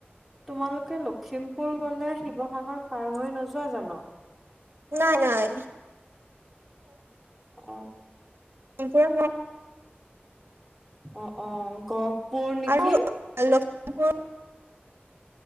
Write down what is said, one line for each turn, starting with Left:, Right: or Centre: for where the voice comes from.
Centre: তোমালোকে লখিমপুৰ গলে শিৱসাগৰ ৰ পাৰ হৈ নোযোৱা জানো
Right: নাই নাই
Centre: অ
Right: এতিয়া
Centre: অ অ গ গহপুৰ নেকি?
Right: আৰু লখিমপুৰ